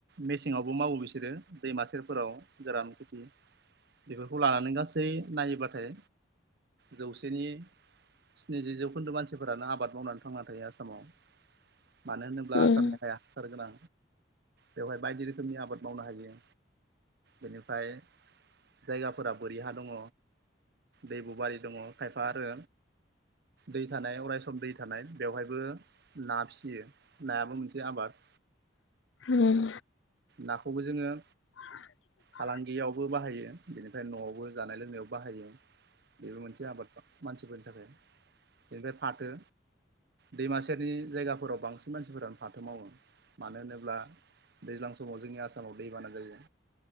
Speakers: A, on the right; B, on the left.
A: मेसेंआवबो मावो बिसोरो दैमा सेरफोराव गोरान खेथि बेफोरखौ लानानै गासै नायोब्लाथाय जौसेनि स्निजि जौखोन्दो मानसिफोरानो आबाद मावनानै थांना थायो आसामाव। मानो होनोब्ला
B: उम
A: आसामनि हाया हासार गोनां बेवहाय बायदि रोखोमनि आबाद मावनो हायो। बेनिफ्राय जायगाफोरा बोरि हा दङ। दैब' बारि दङ खायफा आरो दै थानाय अरायक्षसम दै थानाय बेवहायबो ना फिसियो। नायाबो मोनसे आबाद
B: उम।
A: नाखौबो जोङो
B: <inaudible>
A: फालांगियावबो बाहायो बेनिफ्राय न'आवबो जानाय लोंनायाव बाहायो। बेबो मोनसे आबाद मानसिफोरनि थाखाय बेनिफ्राय फाथो दैमा सेरनि जायगाफोराव बांसिन मानसिफोरानो फाथो मावो। मानो होनोब्ला दैज्लां समाव जोंनि आसामाव दैबाना जायो।